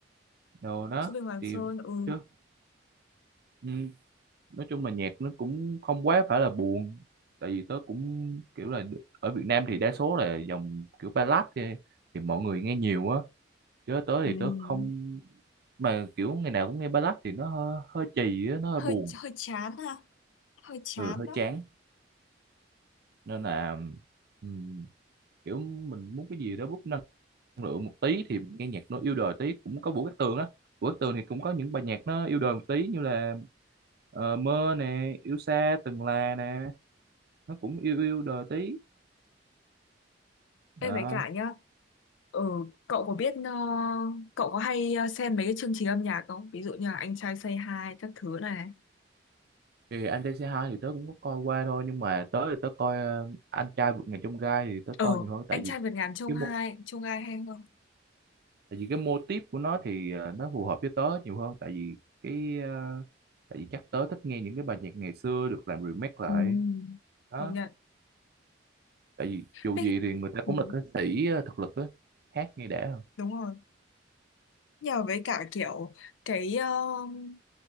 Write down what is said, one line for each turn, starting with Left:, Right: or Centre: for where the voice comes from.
Right: đồ đó
Left: Su Bình Hoàng
Right: thì
Left: Sơn ừ
Right: chứ. Ừ, nói chung là nhạc nó cũng không quá phải là buồn tại vì tớ cũng kiểu là ở Việt Nam thì đa số là dòng kiểu ballad thì, thì mọi người nghe nhiều á chứ tớ thì
Left: ừ
Right: tớ không mà kiểu ngày nào cũng nghe ballad thì nó hơi, hơi chì á nó hơi
Left: hơi
Right: buồn
Left: hơi chán ha hơi chán
Right: ừ hơi
Left: đó
Right: chán nên là ừm, kiểu mình muốn cái gì đó bút năng lượng một tí thì nghe nhạc nó yêu đời tí cũng có Vũ Cát Tường á Vũ Cát Tường thì cũng có những bài nhạc nó yêu đời một tí như là ờ, mơ nè yêu xa từng là nè nó cũng yêu yêu đời tí
Left: em
Right: đó
Left: với cả nhá ừ cậu có biết ờ, cậu có hay ờ, xem mấy cái chương trình âm nhạc không ví dụ như là Anh Trai Say Hi các thứ này
Right: thì anh trai C2 thì tớ cũng có coi qua thôi nhưng mà tớ thì tớ coi ờ, anh trai vượt ngàn chông gai thì tớ
Left: ờ
Right: coi nhiều hơn tại
Left: Anh
Right: vì
Left: Trai Vượt Ngàn Chông
Right: cái
Left: Hai
Right: mô,
Left: Chông Hai hay không
Right: tại vì cái mô típ của nó thì ờ, nó phù hợp với tớ nhiều hơn tại vì cái ờ, tại vì chắc tớ thích nghe những cái bài nhạc ngày xưa được làm remake lại
Left: ừ
Right: đó
Left: công nhận
Right: tại vì dù
Left: Ê,
Right: gì thì người ta cũng
Left: ừ.
Right: là ca sĩ ờ, thực lực á hát nghe đã hơn
Left: đúng rồi nhờ với cả kiểu cái um,